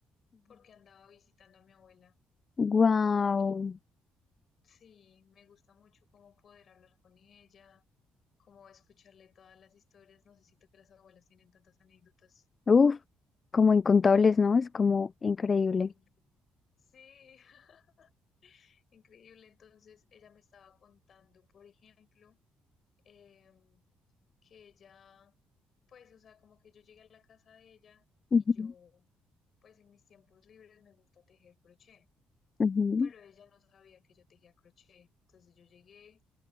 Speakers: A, on the left (about 55°); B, on the left (about 40°).
A: porque andaba visitando a mi abuela
B: Wow.
A: y sí, me gusta mucho como poder hablar con ella, como escucharle todas las historias, no sé, siento que las abuelas tienen tantas anécdotas.
B: Uf, como incontables, ¿no? Es como increíble.
A: increíbles. Sí, <laughs> increíble, entonces ella me estaba contando, por ejemplo, em, que ella, pues, o sea, como que yo llegué a la casa de ella
B: Ujú,
A: y yo, pues, en mis tiempos libres me gusta tejer crochet,
B: ujú.
A: pero ella no sabía que yo tejía crochet. Entonces yo llegué